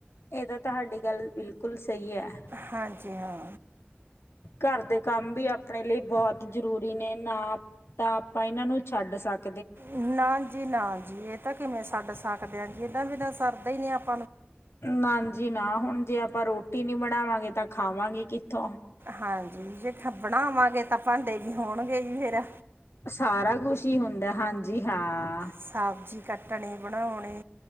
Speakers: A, on the left; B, on the right.
A: ਇਹ ਤਾਂ ਤੁਹਾਡੀ ਗੱਲ ਬਿਲਕੁਲ ਸਹੀ ਹੈ
B: ਹਾਂਜੀ ਹਾਂ।
A: ਘਰ ਦੇ ਕੰਮ ਵੀ ਆਪਣੇ ਲਈ ਬਹੁਤ ਜ਼ਰੂਰੀ ਨੇ ਨਾ ਤਾਂ ਆਪਾਂ ਇਹਨਾਂ ਨੂੰ ਛੱਡ ਸਕ
B: ਨਾ ਜੀ ਨਾ ਜੀ ਇਹ ਤਾਂ ਕਿਵੇਂ ਛੱਡ ਸਕਦੇ ਆ ਜੀ ਇਹਨਾ ਵੀ ਤਾਂ ਸਰਦਾ ਹੀ ਨ ਆਪ
A: ਨਾ ਜੀ ਨਾ ਹੁਣ ਜੇ ਆਪਾਂ ਰੋਟੀ ਨੀ ਬਣਾਵਾਂਗੇ ਤਾਂ ਖਾਵਾਂਗੇ ਕਿੱਥੋਂ
B: ਹਾਂਜੀ ਜੇ ਖੱਪਣਾ ਆਵਾਂਗੇ ਤਾਂ ਭਾਂਡੇ ਵੀ ਹੋਣਗੇ ਜੀ ਫਿਰ
A: ਸਾਰਾ ਕੁਛ ਹੀ ਹੁੰਦਾ ਹਾਂਜੀ ਹਾਂ।
B: ਸਬਜ਼ੀ ਕੱਟਣੀ ਬਣਾਉਣੀ।